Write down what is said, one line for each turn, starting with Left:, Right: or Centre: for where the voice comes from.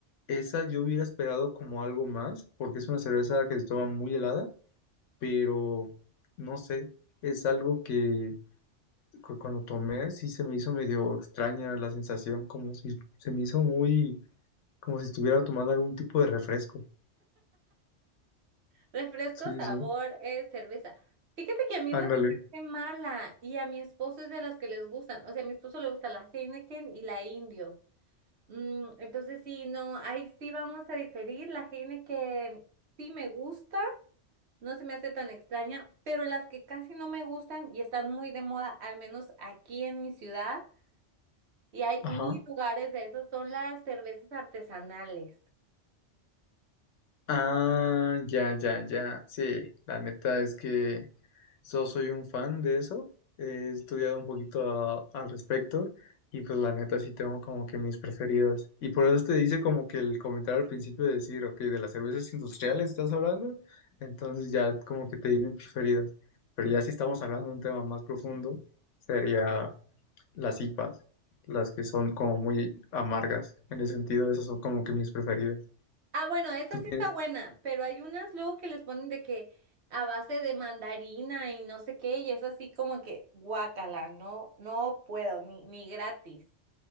Left: Esa yo hubiera esperado como algo más, porque es una cerveza que se toma muy helada, pero no sé, es algo que cu- cuando tomé sí se me hizo medio extraña la sensación, como si se me hizo muy, como si estuviera tomando algún tipo de refresco.
Right: Refresco,
Left: Sí,
Right: sabor,
Left: sí, sí.
Right: es cerveza. Fíjate que a mí
Left: ándale.
Right: no se me hace mala y a mi esposo es de las que les gustan. O sea, a mi esposo le gusta la Heineken y la Indio. Mm, entonces sí, no, ahí sí vamos a diferir. Las genes que sí me gusta, no se me hace tan extraña, pero las que casi no me gustan y están muy de moda, al menos aquí en mi ciudad, y hay
Left: Ajá.
Right: mil lugares de esos, son las cervezas artesanales.
Left: Ah, ya, ya, ya. Sí, la neta es que So, soy un fan de eso, he estudiado un poquito a- al respecto y pues la neta sí tengo como que mis preferidas. Y por eso te dice como que el comentario al principio de decir, ok, de las cervezas industriales estás hablando, entonces ya como que te di mis preferidas. Pero ya si estamos hablando de un tema más profundo, sería las IPAs, las que son como muy amargas. En ese sentido, esas son como que mis preferidas.
Right: Ah, bueno, esa
Left: ¿Tú tienes?
Right: sí está buena, pero hay unas luego que les ponen de que a base de mandarina y no sé qué, y es así como que guácala, no, no puedo, ni, ni gratis.